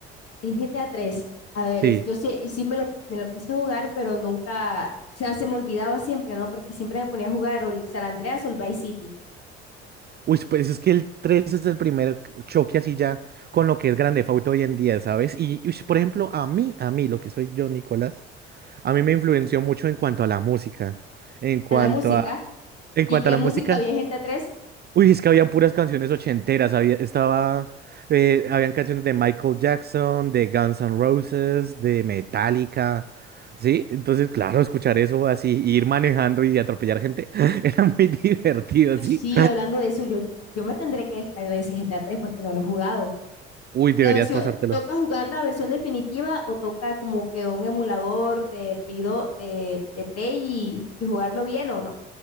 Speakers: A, on the left (about 45°); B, on the right (about 30°).
A: el GTA 3. A tres. A ver,
B: Sí.
A: es- yo sí, y sí me lo, me lo quise jugar, pero nunca, o sea, se me olvidaba siempre, ¿no? Porque siempre me ponía a jugar o el San Andreas o el Vice City
B: Uy, pues es que el 3 es el primer choque así ya con lo que es Grand Theft Auto hoy en día, ¿sabes? Y, ush, por ejemplo, a mí, a mí, lo que soy yo, Nicolás, a mí me influenció mucho en cuanto a la música. En cuanto
A: a la música.
B: a, en
A: ¿Y
B: cuanto
A: qué
B: a la
A: música
B: música,
A: había en GTA 3?
B: uy, es que habían puras canciones ochenteras, había, estaba, eh, habían canciones de Michael Jackson, de Guns N' Roses, de Metallica, ¿sí? Entonces, claro, escuchar eso así, ir manejando y atropellar gente, <laughs> era muy divertido, ¿sí?
A: Sí, hablando de eso, yo, yo me tendré que descargar ese GTA 3 porque no lo he jugado.
B: Uy, deberías
A: La versión,
B: pasártelo.
A: ¿toca jugar la versión definitiva o toca como que un emulador de Play do de, de Play y, y jugarlo bien o no?